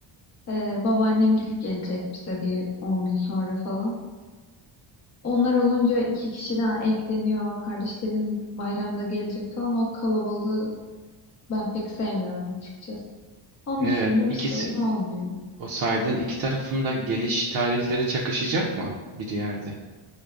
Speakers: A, on the left (about 35°); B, on the right (about 50°).
A: e, babaannemgil gelecek bize bir 10 gün sonra falan. Onlar olunca iki kişi daha ekleniyor. Kardeşlerim bayramda gelecek falan. O kalabalığı ben pek sevmiyorum açıkçası. Onun
B: e,
A: dışında
B: ikisi
A: bir sorun olmuyor.
B: o saydığın iki tarafında geliş tarihleri çakışacak mı bir yerde?